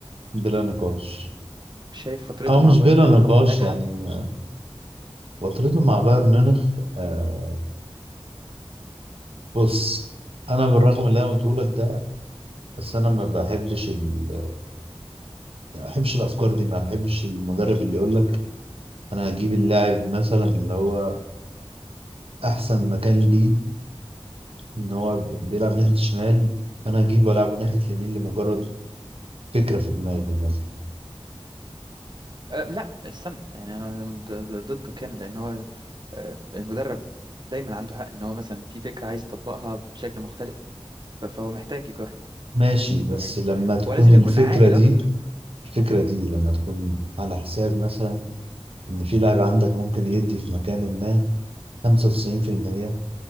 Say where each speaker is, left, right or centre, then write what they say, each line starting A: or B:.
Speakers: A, on the right (about 65°); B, on the right (about 45°).
A: بلا نقاش
B: شايف فترته
A: او
B: مع
A: مش
B: بايرن
A: بلا
B: ميونخ
A: نقاش
B: ناجحه
A: يعني م- فترته مع بايرن ميونخ آه بص انا بالرغم اللي انا قلته لك ده بس انا ما بحبش ال... يعني ما بحبش الافكار دي ما بحبش المدرب اللي يقول لك انا هجيب اللاعب مثلا اللي هو احسن مكان ليه ان هو ب- بيلعب ناحيه الشمال فانا هجيبه والعبه ناحيه اليمين لمجرد فكره في دماغي مثلا
B: أه لا استنى يعني انا ضد- ضد- ضدك هنا لان هو أه، المدرب دايما عنده حق ان هو مثلا في فكره عايز يطبقها بشكل مختلف ف- فهو محتاج يجرب
A: ماشي بس
B: يعني
A: لما تكون
B: هو لازم
A: الفكره
B: يكون عاقل
A: دي
B: اكتر
A: الفكره دي لما تكون على حساب مثلا إن في لاعب عندك ممكن يدي في مكان ما 95%